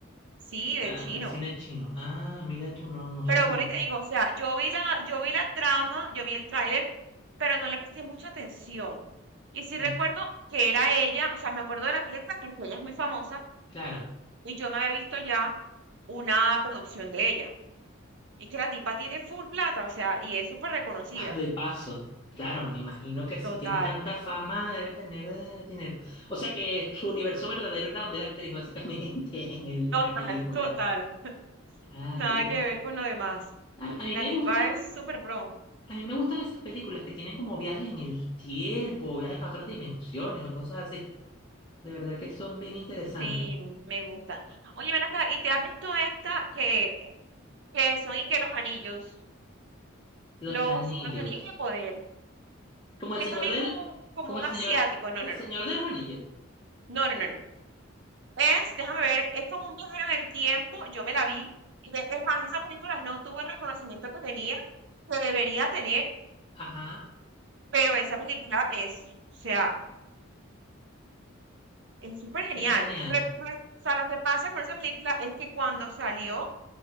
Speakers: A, on the right; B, on the left.
A: sí, de
B: ah,
A: chino.
B: en el cine chino. Ah, mira tú, no, no sabía.
A: Pero bueno, y te digo, o sea, yo vi la, yo vi la trama, yo vi el tráiler, pero no le presté mucha atención. Y sí recuerdo
B: Mm,
A: que era ella, o sea, me acuerdo de la película porque ella es muy famosa
B: claro. <laughs>
A: y yo me había visto ya una producción de ella. Y que la tipa tiene full plata, o sea, y es súper reconocida.
B: Ah, de paso. Claro, me imagino que si
A: Total,
B: tiene tanta fama, debe tener eh, dinero. O sea que su universo verdadero era donde era actriz, básicamente, <laughs> en el,
A: total,
B: en la película.
A: total. <laughs>
B: Ah,
A: Nada
B: qué loco.
A: que ver con lo demás.
B: A, mí a mí
A: La
B: me
A: tipa
B: gustan,
A: es súper pro.
B: a mí me gustan esas películas que tienen como viajes en el tiempo, viajes a otras dimensiones o cosas así. De verdad que son bien interesantes.
A: Sí, me gusta. Oye, ven acá, ¿y te has visto esta que, que son y que los anillos,
B: Los
A: los,
B: anillos.
A: los anillos de poder,
B: Como el
A: que
B: señor
A: es también
B: del,
A: como, un- como
B: como
A: un
B: el
A: asiático?
B: señor,
A: No,
B: el
A: no,
B: señor
A: no.
B: de los anillos.
A: No, no, no, no. Es, déjame ver, es como un viajero en el tiempo. Yo me la vi. y de- Es más, esa película no tuvo el reconocimiento que tenía, que debería tener.
B: Ajá,
A: Pero esa película es, o sea, es súper genial.
B: es genial,
A: Re- re- o sea, lo que pasa con esa película es que cuando salió,